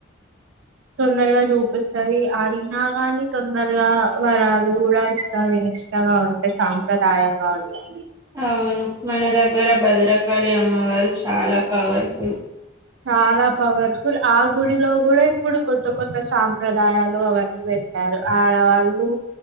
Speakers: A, on the right; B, on the right.
A: తొందరగా చూపిస్తది అడిగినా కాని తొందరగా వరాలు కూడా ఇస్తాయి. నిష్ట గా ఉంటే సాంప్రదాయంగా ఉంటాయి
B: అవును మన దగ్గర భద్రకాళి అమ్మవారు చాలా పవర్ఫుల్.
A: చాలా పవర్ఫుల్ ఆ గుడిలో కూడా ఇప్పుడు కొత్త కొత్త సాంప్రదాయాలు అవన్నీ పెట్. ట్టారు ఆడవాళ్ళు